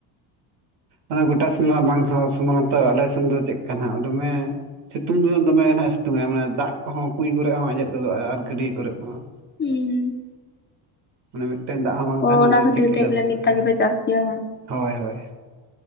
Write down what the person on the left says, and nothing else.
ᱩᱸ
ᱚ
ᱚᱱᱟ
ᱠᱷᱟᱹᱛᱤᱨ
ᱛᱮ ᱵᱚᱞᱮ
ᱢᱤᱫ ᱫᱷᱟᱣ ᱜᱮᱯᱮ ᱪᱟᱥ ᱜᱮᱭᱟ ᱵᱟᱝ